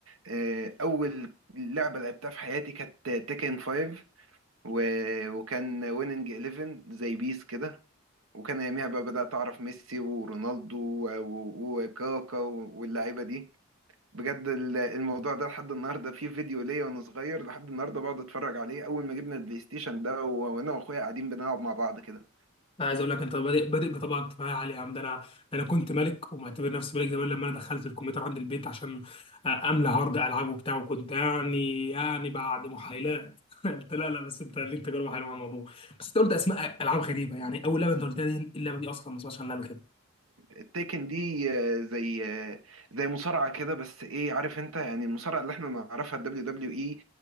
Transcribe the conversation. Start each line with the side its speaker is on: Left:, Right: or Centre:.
Right: آه، اول لعبه لعبتها في حياتي كانت تيكن 5 و- وكان ويننج 11 زي بيس كده وكان اياميها بقى بدات اعرف ميسي ورونالدو و- و- وكاكا واللعيبه دي بجد ال- الموضوع ده لحد النهارده فيه فيديو ليا وانا صغير لحد النهارده بقعد اتفرج عليه اول ما جبنا البلاي ستيشن ده و- وانا واخويا قاعدين بنلعب مع بعض كده
Left: انا عايز اقول لك انت بادئ بادئ بطبقه اجتماعيه عاليه يا عم ده انا انا كنت ملك ومعتبر نفسي ملك زمان لما انا دخلت الكمبيوتر عند البيت عشان املى هارد العاب وبتاع وكنت يعني يعني بعد محايلات <laughs> انت لا لا بس انت ليك تجربه حلوه مع الموضوع بس انت قلت اسماء العاب غريبه يعني اول لعبه انت قلتها دي اللعبه دي اصلا ما اسمهاش عنها قبل كده
Right: التيكن دي آه، زي آه، زي مصارعة كده بس ايه عارف انت يعني المصارعة اللي احنا نعرفها الدبليو دبليو اي